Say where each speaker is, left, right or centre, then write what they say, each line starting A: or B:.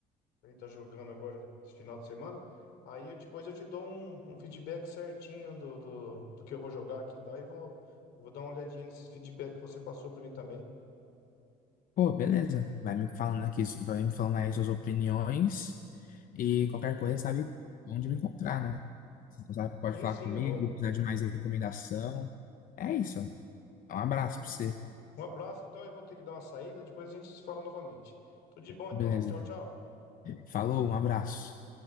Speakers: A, on the left (about 80°); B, on the left (about 55°).
A: A gente tá jogando agora esse final de semana. Aí eu- depois eu te dou um, um feedback certinho do, do, do que eu vou jogar aqui e tal. E vou, vou dar uma olhadinha nesse feedback que você passou para mim também.
B: Pô, beleza. Vai me falando aqui, vai me falando aí suas opiniões e qualquer coisa sabe onde me encontrar, né? Então, sabe, pode
A: Sim,
B: falar
A: sim,
B: comigo,
A: eu vou.
B: precisar de mais recomendação. É isso. Um abraço
A: Uhum.
B: pra você.
A: Um abraço, então eu vou ter que dar uma saída, depois a gente se fala novamente. Tudo de bom,
B: Beleza.
A: então. Tchau, tchau.
B: Falou, um abraço.